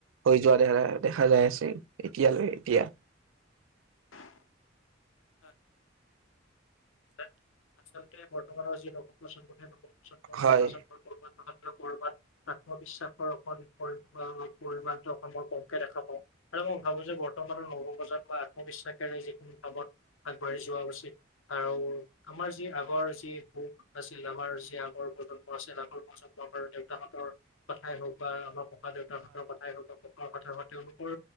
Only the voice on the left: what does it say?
<inaudible> আচলতে বৰ্তমানৰ যি নৱপ্ৰজন্ম <unintelligible> <unintelligible>
মাজত মই কৰবাত নহয় কৰবাত আত্মবিশ্বাসৰ অকণ পৰি - অ - পৰিমাণটো অকণ মই কমকে দেখা পাওঁ। আৰু মই ভাবো যে বৰ্তমানৰ নৱপ্ৰজন্ম আত্মবিশ্বাসেৰে যিকোনো কামত আগবাঢ়ি যোৱা উচিত। আৰু আমাৰ যি আগৰ যি সুখ আছিল আমাৰ যি আগৰ প্ৰজন্ম আছিল আগৰ প্ৰজন দেউতাহতৰ কথাই হওক বা আমাৰ ককা দেউতাহতক কথাই হওক বা ককা কথা বা তেওঁলোকৰ